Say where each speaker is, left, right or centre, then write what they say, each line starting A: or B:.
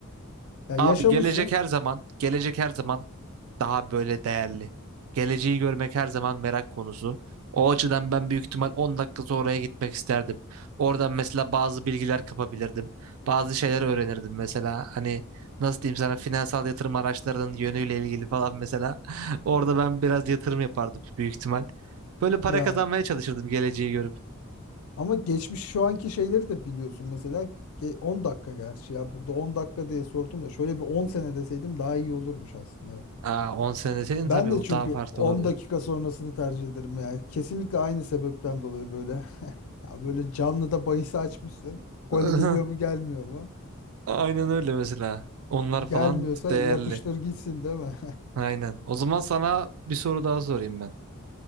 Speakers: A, on the left; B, on the right.
A: Ya yaşamışsın.
B: Abi gelecek her zaman, gelecek her zaman daha böyle değerli. Geleceği görmek her zaman merak konusu. O açıdan ben büyük ihtimal 10 dakika sonraya gitmek isterdim. Oradan mesela bazı bilgiler kapabilirdim. Bazı şeyler öğrenirdim mesela. Hani nasıl diyeyim sana finansal yatırım araçlarının yönüyle ilgili falan mesela. <laughs> Orada ben biraz yatırım yapardım büyük ihtimal. Böyle para
A: Yani
B: kazanmaya çalışırdım geleceği görüp.
A: ama geçmiş şu anki şeyleri de biliyorsun mesela ge- 10 dakika gerçi ya burada 10 dakika diye sordum da şöyle bir 10 sene deseydim daha iyi olurmuş aslında.
B: Aa, 10 sene deseydin
A: Ben
B: tabii
A: de
B: o
A: çünkü
B: daha farklı
A: 10
B: olurdu.
A: dakika sonrasını tercih ederim yani. Kesinlikle aynı sebepten dolayı böyle. <laughs> Ya böyle canlı da bahis açmışsın. Gol
B: <laughs>
A: geliyor mu gelmiyor mu?
B: Aynen öyle mesela. Onlar falan
A: Gelmiyorsa
B: değerli.
A: yapıştır gitsin değil mi?
B: Aynen. O zaman sana bir soru daha sorayım ben.